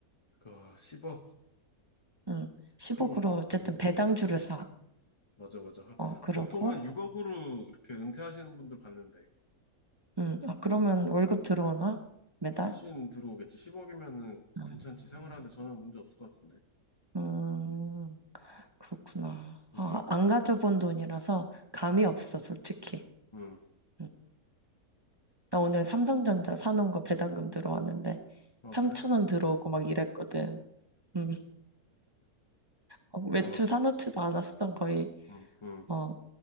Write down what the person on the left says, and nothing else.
아, 10억.
하긴,
응,
맞아, 맞아. 하-
보통 한 6억으로 이렇게 은퇴하시는 분들 봤는데,
훨씬 들어오겠지. 10억이면은
괜찮지. 생활하는데
전혀 문제 없을 것 같은데.
응,
그니까.
응,
아,
그래?
어,
응, 응.